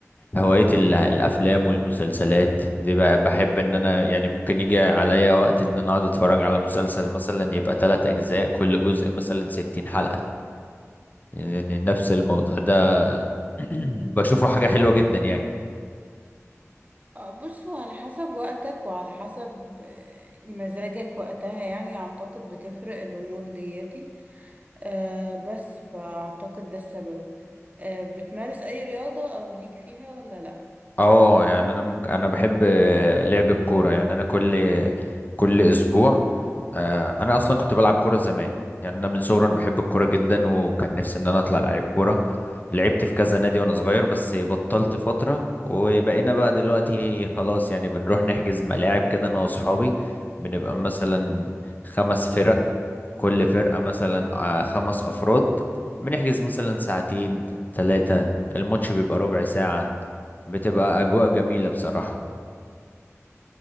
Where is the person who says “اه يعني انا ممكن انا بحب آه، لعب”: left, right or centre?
Left